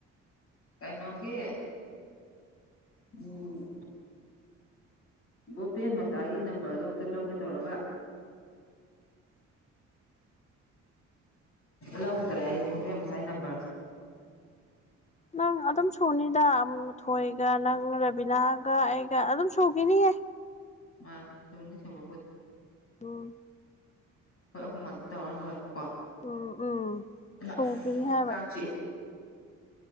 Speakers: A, on the left; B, on the left.
A: ꯀꯥꯏꯅꯒꯤꯤ ꯎꯝ ꯒꯣꯄꯦꯟ ꯃꯆꯥꯒꯤ ꯅꯝꯕꯔꯗꯣ ꯑꯨꯛꯇ ꯂꯧꯒꯦ ꯇꯧꯔꯒ ꯂꯧꯗ꯭ꯔꯦ ꯑꯩ ꯃꯕꯦꯝ ꯃꯁꯥꯏ ꯅꯝꯕꯔꯗ
B: ꯅꯪ ꯑꯗꯨꯝ ꯁꯨꯅꯤꯗ ꯊꯣꯏꯒ ꯅꯪ ꯔꯕꯤꯅꯥꯒ ꯑꯩꯒ ꯑꯗꯨꯝ ꯁꯨꯈꯤꯅꯤꯌꯦꯦ
A: ꯃꯥ ꯁꯣꯅꯤ ꯁꯕꯥꯄꯗꯤ
B: ꯍꯨ
A: ꯍꯣꯏ ꯍꯃ ꯇꯧ ꯋꯥꯔ ꯋꯥ
B: ꯎꯝ ꯎꯝ ꯁꯣꯡꯒꯅꯤ
A: ꯑꯁ
B: ꯍꯥꯏꯕ
A: ꯀꯥꯡ ꯆꯤꯛꯑꯦ